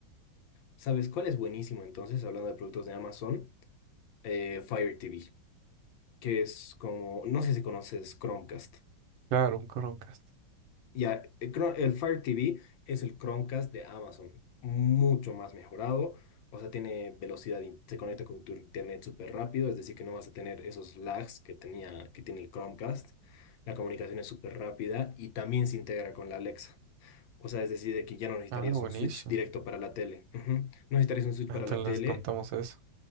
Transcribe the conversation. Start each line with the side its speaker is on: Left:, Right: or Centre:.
Left: ¿Sabes cuál es buenísimo entonces, hablando de productos de Amazon? Eh, Fire TV, que es como, no sé si conoces Chromecast.
Right: Claro, un Chromecast.
Left: Ya, el, Chrome- el Fire TV es el Chromecast de Amazon, mucho más mejorado, o sea, tiene velocidad, in- se conecta con tu internet súper rápido, es decir, que no vas a tener esos lags que tenía, que tiene el Chromecast, la comunicación es súper rápida y también se integra con la Alexa, o sea, es decir, de que ya no necesitarías
Right: Ah, buenísimo.
Left: un switch directo para la tele, ujú, No necesitarías un switch
Right: Entonces
Left: para la tele,
Right: les contamos eso.